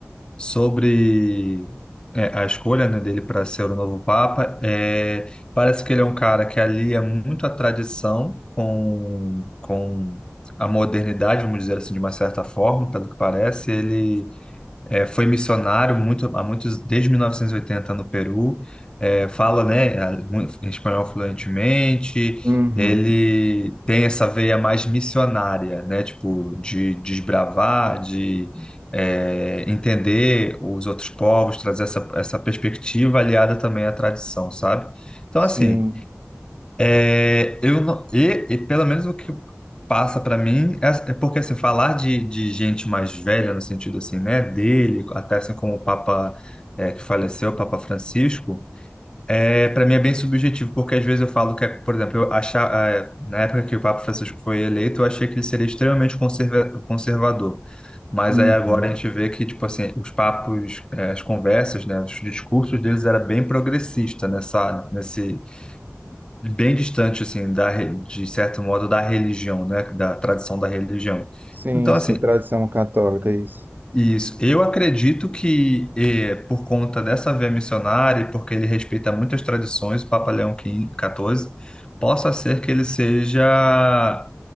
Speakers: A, on the left; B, on the right.
A: sobre é, a escolha, né, dele para ser o novo Papa. É, parece que ele é um cara que alia muito a tradição com, com a modernidade, vamos dizer assim, de uma certa forma, pelo que parece. Ele é, foi missionário muito, há muitos, desde 1980 no Peru. É, fala, né, a- mu- espanhol fluentemente.
B: Uhum.
A: Ele tem essa veia mais missionária, né, tipo de desbravar, de é, entender os outros povos, trazer essa, essa perspectiva aliada também à tradição, sabe? Então,
B: Sim.
A: assim, é, eu não- e, e pelo menos o que passa para mim é, é porque assim, falar de, de gente mais velha no sentido assim, né, dele, até assim como o Papa é, que faleceu, o Papa Francisco, é para mim é bem subjetivo, porque às vezes eu falo que, é, por exemplo, eu achar, é, na época que o Papa Francisco foi eleito, eu achei que ele seria extremamente conserva, conservador, mas
B: Uhum.
A: aí agora a gente vê que tipo assim, os papos, é, as conversas, né, os discursos deles era bem progressista nessa nesse bem distante assim da re- de certo modo da religião, né, da tradição da religião.
B: Sim,
A: Então
B: isso
A: assim,
B: da tradição católica, isso.
A: isso. Eu acredito que eh, por conta dessa veia missionária, e porque ele respeita muitas tradições, Papa Leão XV, 14, possa ser que ele seja